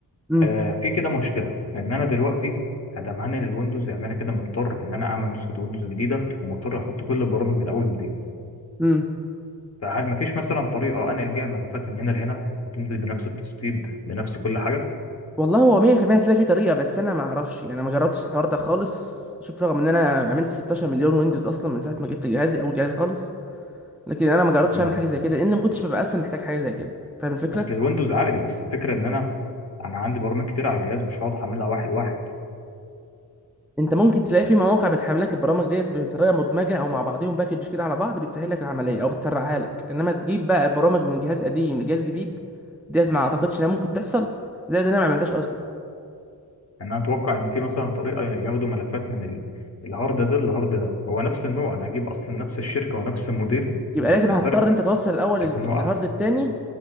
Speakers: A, in the centre; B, on the left.
A: امم
B: آه في كده مشكله ان انا دلوقتي ادم هنقل الويندوز يعني انا كده مضطر ان انا اعمل نسخه ويندوز جديده ومضطر احط كل البرامج من اول وجديد
A: امم
B: فهل مفيش مثلا طريقه آه، انقل بيها ملفات من هنا لهنا وتنزل بنفس التسطيب بنفس كل حاجه
A: والله هو 100% هتلاقي في طريقة بس انا ما اعرفش انا ما جربتش الحوار ده خالص شوف رغم ان انا عملت 16 مليون ويندوز اصلا من ساعة ما جبت جهازي اول جهاز خالص لكن انا ما جربتش
B: تمام
A: اعمل حاجه زي كده لان ما كنتش ببقى اصلا محتاج حاجه زي كده فاهم الفكره
B: اصل الويندوز عادي بس الفكره ان انا انا عندي برامج كتير على الجهاز مش هقعد احملها واحد واحد
A: انت ممكن تلاقي في مواقع بتحمل لك البرامج ديت بطريقه مدمجه او مع بعضهم باكج كده على بعض بتسهل لك العمليه او بتسرعها لك انما تجيب بقى برامج من جهاز قديم لجهاز جديد ديت ما اعتقدش انها ممكن تحصل زائد إن انا ما عملتهاش اصلا
B: يعني انا اتوقع ان في مثلا طريقه ياخدوا ملفات من ال- الهارد ده للهارد ده هو نفس النوع انا هجيب اصلا نفس الشركه ونفس الموديل
A: يبقى
B: بس
A: لازم هتضطر
B: الفرق
A: انت توصل الاول
B: هيكون
A: الهارد
B: هو احسن
A: التاني